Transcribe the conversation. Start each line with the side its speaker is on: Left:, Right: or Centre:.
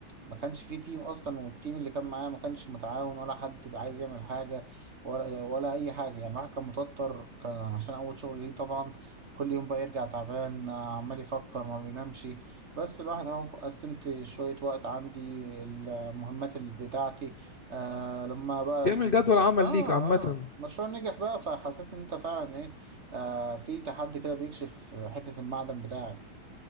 Right: ما كانش فيه تيم اصلا والتيم اللي كان معاه ما كانش متعاون ولا حد بقى عايز يعمل حاجه ولا ولا اي حاجه يعني الواحد كان متوتر كان عشان اول شغل ليه طبعا كل يوم بقى يرجع تعبان آه، عمال يفكر ما بينامش بس الواحد اهو قسمت شويه وقت عندي المهمات اللي بتاعتي آه لما بقى
Left: تعمل
Right: ال...
Left: جدول
Right: يعني
Left: عمل
Right: اه
Left: ليك عامه
Right: اه المشروع نجح بقى فحسيت ان انت فعلا ايه آه في تحدي كده بيكشف حته المعدن بتاعك